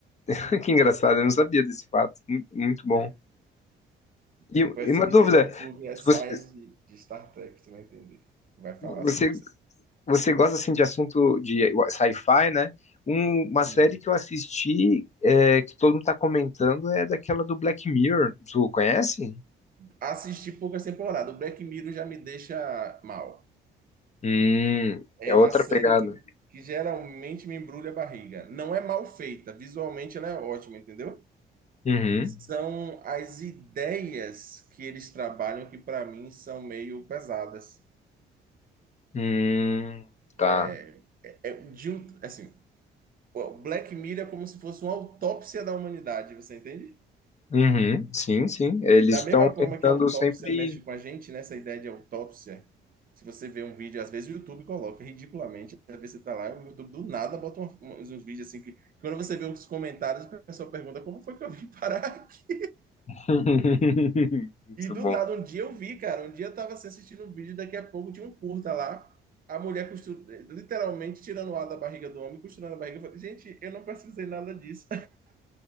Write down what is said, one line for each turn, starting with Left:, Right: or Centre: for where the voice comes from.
Left: <laughs> que engraçado, eu não sabia desse fato. Mu- Muito, bom.
Right: É,
Left: E,
Right: é pesquisa
Left: e uma dúvida,
Right: no YouTube, ensaios
Left: você,
Right: de, de Star Trek, você vai entender. Vai falar
Left: você,
Right: sobre isso.
Left: você gosta assim de assunto de sci-fi, né? Um- uma
Right: Sim.
Left: série que eu assisti, é, que todo mundo tá comentando, é daquela do Black Mirror. Tu conhece?
Right: Assisti poucas temporadas. O Black Mirror já me deixa mal.
Left: Hum,
Right: É
Left: é outra
Right: uma série
Left: pegada.
Right: que, que geralmente me embrulha a barriga. Não é mal feita, visualmente ela é ótima, entendeu?
Left: Uhum.
Right: São as ideias que eles trabalham que para mim são meio pesadas.
Left: Hum, tá.
Right: É, é de um, assim, o Black Mirror é como se fosse uma autópsia da humanidade, você entende?
Left: Uhum, sim, sim. Eles
Right: Da
Left: estão
Right: mesma forma
Left: tentando
Right: que a autópsia
Left: sempre.
Right: mexe com a gente, nessa ideia de autópsia, se você vê um vídeo, às vezes o YouTube coloca ridiculamente, às vezes você tá lá, o YouTube do nada bota uma- uns, uns vídeos assim que, que quando você vê os comentários, o pessoal pergunta como foi que eu vim parar? <laughs>
Left: <laughs> Muito
Right: E do
Left: bom.
Right: nada, um dia eu vi, cara, um dia eu tava assim, assistindo um vídeo, daqui a pouco tinha um curta lá, a mulher costu- literalmente tirando o ar da barriga do homem, costurando a barriga. Eu falei, gente, eu não precisei nada disso.